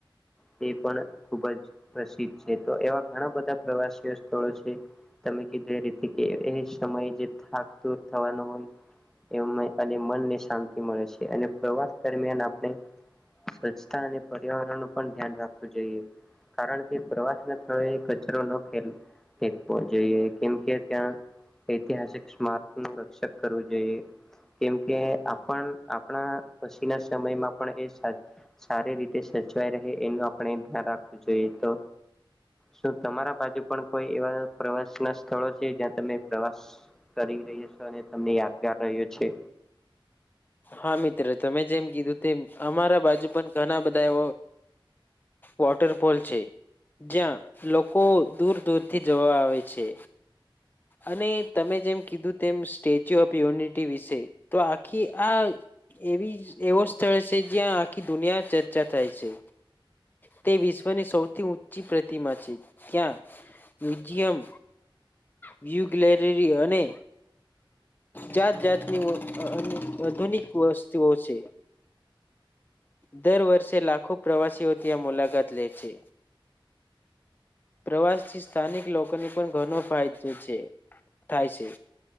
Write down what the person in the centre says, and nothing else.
તે પણ ખુબ જ પ્રસિદ્ધ છે તો એવા ઘણા બધા પ્રવાસીઓ સ્થળો છે. તમે કીધું એ રીતે કે એ સમયે જે થાક દૂર થવાનો હોય એમ અને મનને શાંતિ મળે છે અને પ્રવાસ દરમિયાન આપણે સ્વચ્છતા અને પર્યાવરણ નું પણ ધ્યાન રાખવું જોઈએ. કારણ કે પ્રવાસના સ્થળો એક જ <unintelligible> ન ફેંક ફેંકવો જોઈએ કેમ કે ત્યાં ઐતિહાસિક સ્મારક નું રક્ષક કરવું જોઈએ. કેમ કે આપણ આપણા પછીના સમયમાં પણ એ સા સારી રીતે સચવાય રહે એનું આપણે ધ્યાન રાખવું જોઈએ તો શું તમારા બાજુ પણ કોઈ એવા પ્રવાસના સ્થળો છે જ્યાં તમે પ્રવાસ કરી રહ્યા છો અને તમને યાદગાર રહ્યો છે.